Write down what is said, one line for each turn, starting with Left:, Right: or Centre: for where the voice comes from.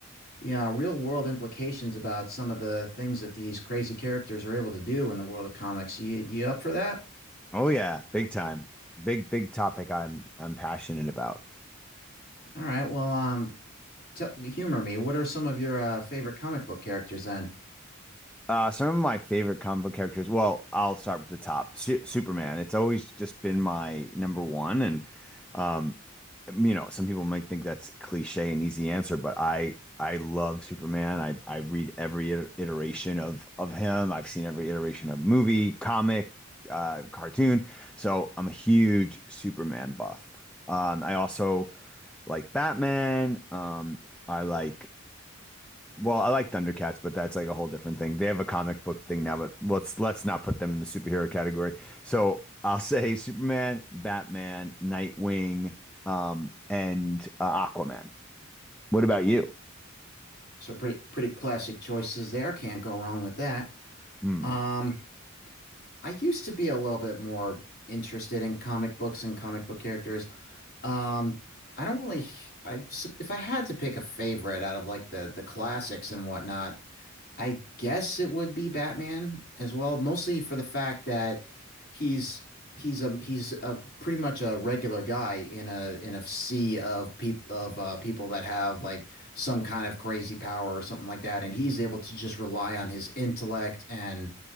Left: you know, real world implications about some of the things that these crazy characters are able to do in the world of comics. You you up for that?
Centre: Oh yeah, big time. Big, big topic I'm I'm passionate about.
Left: All right. Well, um, tell, humor me. What are some of your uh, favorite comic book characters then?
Centre: Uh, some of my favorite comic book characters. Well, I'll start with the top. Su Superman. It's always just been my number one, and um, you know, some people might think that's cliche and easy answer, but I I love Superman. I I read every iter- iteration of of him. I've seen every iteration of movie, comic, uh, cartoon. So I'm a huge Superman buff. Um, I also like Batman. Um, I like well, I like Thundercats, but that's like a whole different thing. They have a comic book thing now, but let's let's not put them in the superhero category. So I'll say <laughs> Superman, Batman, Nightwing, um, and uh, Aquaman. What about you?
Left: So pretty pretty classic choices there. Can't go wrong with that.
Centre: Hmm.
Left: Um. I used to be a little bit more interested in comic books and comic book characters. Um, I don't really, I s- if I had to pick a favorite out of like the the classics and whatnot, I guess it would be Batman as well, mostly for the fact that he's he's a he's a pretty much a regular guy in a in a sea of peop of uh, people that have like some kind of crazy power or something like that, and he's able to just rely on his intellect and